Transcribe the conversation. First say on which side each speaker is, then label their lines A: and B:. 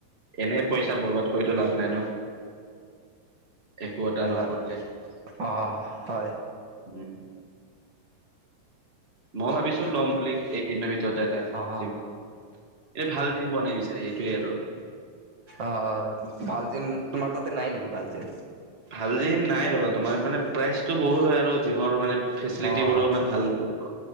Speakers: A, on the right; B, on the right.
A: এনে পইচা বৰবাদ কৰিতো লাভ নাই ন? একো এটা
B: হয়-
A: নকৰিলে
B: হয় অ হয়।
A: উম মই ভাবিছো লম বুলি এইকেইদিনৰ ভিতৰতে এটা
B: অ
A: জিম। এই ভাল জিম বনাই দিছে এইটোৱেই সিহঁতৰ।
B: অ ভাল জিম, তোমাৰ তাতে নাই নেকি ভাল জিম?
A: ভাল জিম নাই ৰ'বা, তোমাৰ মানে প্ৰাইচটো বহুত হয় আৰু জিমৰ মানে ফেচিলিটিবোৰো
B: অ-
A: ইমান ভাল নাথাকিব।